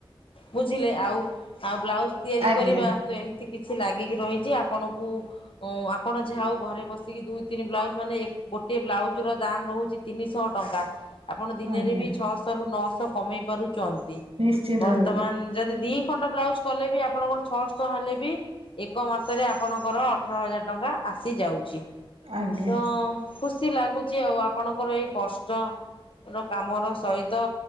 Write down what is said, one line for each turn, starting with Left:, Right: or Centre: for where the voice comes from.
Left: ବୁଝିଲେ ଆଉ ଆଉ ବ୍ଲା ଜ୍ ତିଆରି
Right: ଆଜ୍ଞା
Left: କରିବା। ତ ଏମିତି କିଛି ଲାଗିକି ରହିଚି। ଆପଣଙ୍କୁ ଆ ଆପଣ ଯା ହଉ ଘରେ ବସିକି ଦୁଇ ତିନି ବ୍ଲାଉଜ ମାନେ ଗୋଟେ ବ୍ଲାଉଜ ର ଦାମ ରହୁଚି ତିନିଶହ ଟଙ୍କା। ଆପଣ ଦିନେରେ
Right: ଆଜ୍ଞା
Left: ବି ଛଅଶହ ରୁ ନଅଶହ କମେଇ ପାରୁଚନ୍ତି।
Right: ନିଶ୍ଚିନ୍ତ
Left: ବର୍ତ୍ତମାନ
Right: ଭାବରେ
Left: ଯଦି ଦି ଖଣ୍ଡ ବ୍ଲାଉଜ କଲେ ବି ଆପଣଙ୍କର ଛଅଶହ ଟଙ୍କା ହେଲେ ବି ଏକ ମାସରେ ଆପଣଙ୍କର ଅଠର ହଜାର ଟଙ୍କା ଆସିଯାଉଚି।
Right: ଆଜ୍ଞା।
Left: ତ ଖୁସି ଲାଗୁଚି ଆଉ ଆପଣଙ୍କର ଏଇ କଷ୍ଟ ର କାମର ସହିତ